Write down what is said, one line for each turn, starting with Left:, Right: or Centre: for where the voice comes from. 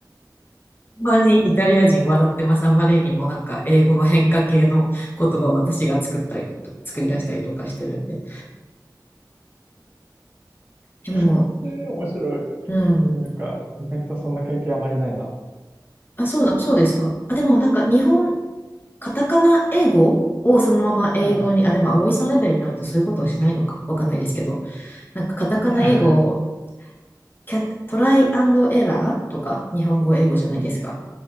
Left: んまにイタリア人笑ってます。あんまりにもなんか英語の変化系の言葉を私が作ったりと、作り出したりとかしてるんで。でも、
Right: <laughs> えー、面白い。
Left: うん。
Right: えー、なんか、意外とそんな経験あまりないな。は
Left: あ、そうだ、そうですか。あ、でもなんか日本、カタカナ英語をそのまま英語に、
Right: いはいは
Left: あ、でも葵さんレベルになるとそういうことはしないのか。わかんないですけど。なんかカタカナ英語
Right: い。いや、
Left: キャ、トライアンドエラーとか、日本語、英語じゃないですか。
Right: <laughs> うん。